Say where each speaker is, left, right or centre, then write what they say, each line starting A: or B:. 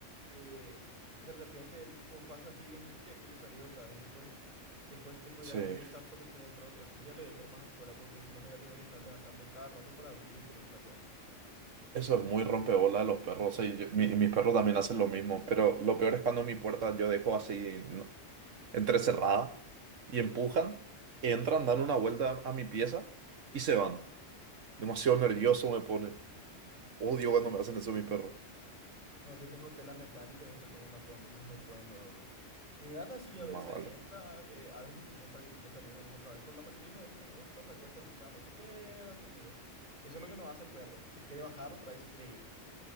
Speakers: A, on the right; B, on the right.
A: eh, de repente, tipo, pasa así 10 minutos y ya quiere salir otra vez. Y después, después, tipo,
B: Sí.
A: ya no quiere estar solo y quiere entrar otra. vez Entonces ya le dejo nomás afuera porque si no me voy a tener que estar levantando cada rato para abrirle y cerrarle la puerta.
B: Eso es muy rompebolas de los perros. sí, yo- mi- mis perros también hacen lo mismo. Pero lo peor es cuando mi puerta yo dejo así no- entrecerrada y empujan, entran, dan una vuelta a mi pieza y se van. Demasiado nervioso me pone. Odio cuando me hacen eso mis perros.
A: No, yo tengo tela metálica y después tengo una puerta, entonces no pueden no abrir. Mi gata sí a veces
B: Más vale.
A: entra, eh, a veces sí entra y quiere salir nomás otra vez, pero la mayoría de las veces entra, se acuesta en mi cama y se queda conmigo. Eso es lo que no hace el perro. Se quiere bajar otra vez y se quiere ir.